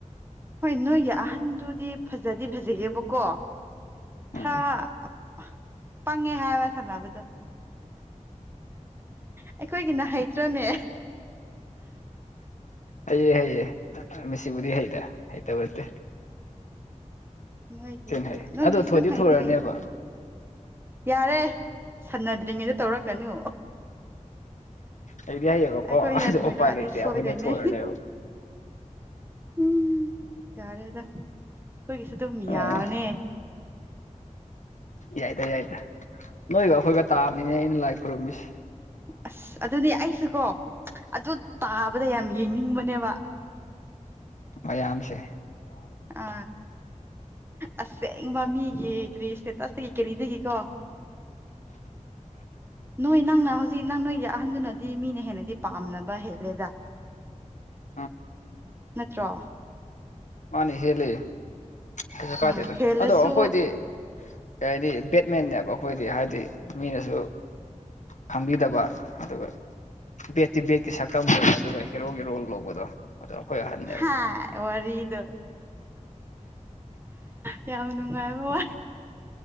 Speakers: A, on the right (about 20°); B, on the left (about 70°).
A: ꯍꯣꯏ ꯅꯣꯏꯒꯤ ꯑꯍꯟꯗꯨꯗꯤ ꯐꯖꯗꯤ ꯐꯖꯒꯦꯕꯀꯣ
B: ꯎꯝ
A: ꯈꯔ ꯄꯪꯉꯦ ꯍꯥꯏꯕ ꯁꯥꯟꯅꯕꯗꯣ ꯑꯩꯈꯣꯏꯒꯤꯅ ꯍꯩꯇ꯭ꯔꯅꯦ
B: ꯍꯌꯦꯦ ꯍꯌꯦꯦ ꯃꯤꯁꯤꯕꯨꯗꯤ ꯍꯩꯇ ꯍꯩꯇꯕꯠꯇꯦ
A: ꯅꯣꯏꯒꯤ
B: ꯊꯤꯅ
A: ꯑꯗꯨ
B: ꯍꯩ
A: ꯅꯣꯏꯒꯤꯁꯨ
B: ꯑꯗꯣ ꯊꯣꯏꯗꯤ
A: ꯑꯗꯨꯝ ꯍꯥꯏꯗꯤ
B: ꯊꯣꯏꯔꯅꯦꯕ
A: ꯍꯥꯏꯗꯤ ꯌꯥꯔꯦ ꯁꯟꯅꯗ꯭ꯔꯤꯉꯩꯗ ꯇꯧꯔꯛꯀꯅꯨ
B: ꯍꯩꯗꯤ ꯍꯩꯌꯦꯕꯀꯣ
A: ꯑꯩꯈꯣꯏꯅ
B: ꯑꯗꯣ
A: ꯊꯣꯏꯔꯛꯑꯗꯤ
B: ꯎꯄꯥꯏ ꯂꯩꯇꯦ ꯑꯩꯈꯣꯏꯅ
A: ꯁꯣꯏꯗꯣꯏꯅꯦ
B: ꯊꯣꯏꯔꯅꯦꯕ
A: ꯎꯝ ꯌꯥꯔꯦꯗ ꯑꯩꯈꯣꯏꯒꯤꯁꯨ ꯑꯗꯨꯝ
B: ꯑ
A: ꯌꯥꯕꯅꯦ
B: ꯌꯥꯏꯗ ꯌꯥꯏꯗ ꯅꯣꯏꯒ ꯑꯩꯈꯣꯏꯒ ꯇꯥꯕꯅꯤꯅꯦ ꯑꯩꯅ ꯂꯥꯏ ꯈꯨꯔꯨꯝꯝꯃꯤꯁꯦ
A: ꯑꯁ ꯑꯗꯨꯗꯤ ꯑꯩꯁꯨꯀꯣ ꯑꯗꯨ ꯇꯥꯕꯗ ꯌꯥꯝ ꯌꯦꯡꯅꯤꯡꯕꯅꯦꯕ
B: ꯃꯌꯥꯝꯝꯁꯦ
A: ꯑ ꯑꯁꯦ ꯃꯃꯤ ꯀꯔꯤꯁꯦ ꯇꯁꯇꯒ ꯀꯔꯤꯗꯗꯒꯤꯀꯣ
B: <unintelligible>
A: ꯅꯣꯏ ꯅꯪꯅ ꯍꯧꯖꯤꯛ ꯅꯪ ꯅꯣꯏꯒꯤ ꯑꯍꯟꯗꯨꯅꯗꯤ ꯃꯤꯅ ꯍꯦꯟꯅꯗꯤ ꯄꯥꯝꯅꯕ ꯍꯦꯜꯂꯦꯗ
B: <unintelligible>
A: ꯅꯠꯇ꯭ꯔꯣ
B: ꯃꯥꯅꯤ ꯍꯦꯜꯂꯤ ꯀꯩꯁꯨ
A: ꯍꯣꯏ
B: ꯀꯥꯗꯦꯗ
A: ꯍꯦꯜꯂꯁꯨ
B: ꯑꯗꯣ ꯑꯩꯈꯣꯏꯗꯤ ꯀꯩ ꯍꯥꯏꯅꯤ ꯕꯦꯠꯃꯦꯟꯅꯦꯕ ꯑꯩꯈꯣꯏꯗꯤ ꯍꯥꯏꯗꯤ ꯃꯤꯅꯁꯨ ꯈꯪꯕꯤꯗꯕ ꯑꯗꯨꯒ ꯕꯦꯠꯇꯤ ꯕꯦꯒꯀꯤ ꯁꯛꯇꯝ ꯑꯣꯏ ꯑꯗꯨꯒ ꯍꯦꯔꯣꯒꯤ ꯔꯣꯜ ꯂꯧꯕꯗꯣ ꯑꯗꯣ ꯑꯩꯈꯣꯏ ꯑꯍꯟꯅꯦꯕ
A: ꯍꯥ ꯋꯥꯔꯤꯔꯗ ꯀꯅꯅꯨꯡꯉꯥꯏ ꯋꯥ